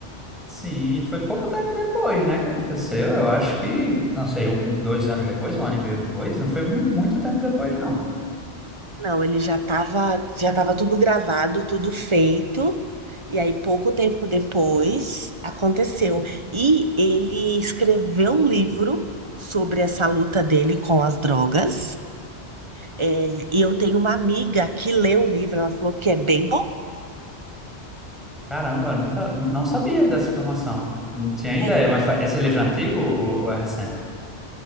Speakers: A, in the centre; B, on the right (about 25°).
A: Sim, foi pouco tempo depois, né, que aconteceu. Eu acho que, não sei, um, dois anos depois, um ano e meio depois. Não foi mu- muito tempo depois, não.
B: Não, ele já estava já estava tudo gravado, tudo feito. E aí, pouco tempo depois, aconteceu. E ele escreveu um livro sobre essa luta dele com as drogas. É, e eu tenho uma amiga que leu o livro, ela falou que é bem bom.
A: Caramba, nunca, nu- não sabia dessa informação. Não tinha ideia,
B: É,
A: mas fa- esse livro é antigo ou, ou é recente?